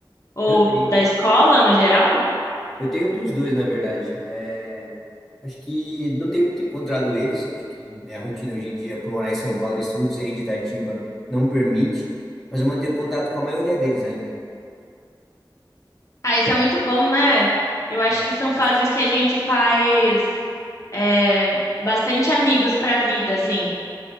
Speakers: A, on the left; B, in the centre.
A: ou
B: Eu tenho,
A: da escola no geral.
B: eu tenho dos dois, na verdade. É, acho que não tenho muito encontrado eles, acho que minha rotina hoje em dia, por morar em São Paulo, e estudos em Itatiba, não permite, mas eu mantenho contato com a maioria deles ainda.
A: Ah, isso é muito bom, né? Eu acho
B: Ah,
A: que
B: eu
A: são
B: gosto.
A: fases que a gente faz é, bastante amigos pra vida, assim.